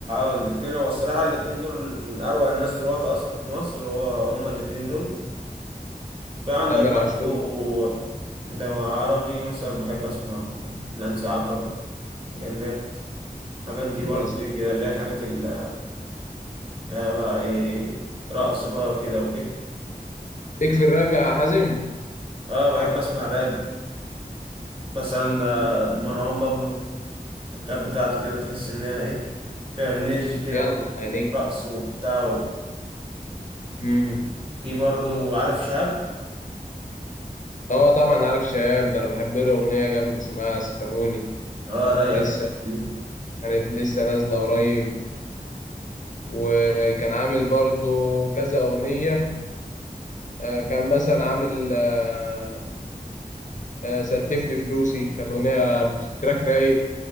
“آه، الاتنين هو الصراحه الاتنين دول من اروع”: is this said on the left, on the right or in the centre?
Right